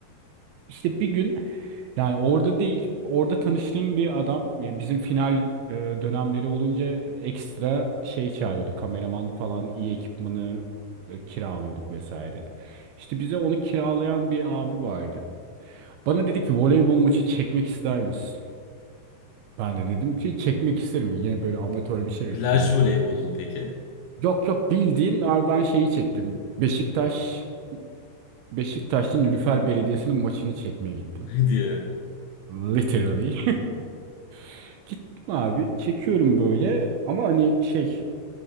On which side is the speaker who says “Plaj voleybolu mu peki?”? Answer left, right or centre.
Left